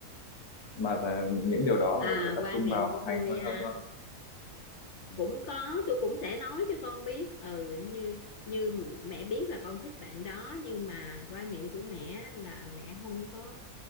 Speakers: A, on the left; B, on the left.
A: mà là những điều đó
B: À,
A: mà để yếu tập
B: quan
A: trung
B: niệm
A: vào
B: của
A: học hành
B: tôi
A: thôi
B: á,
A: không thôi Ừ.
B: cũng có tôi cũng sẽ nói cho con biết ừ như như mẹ biết là con thích bạn đó nhưng mà quan niệm của mẹ là mẹ không có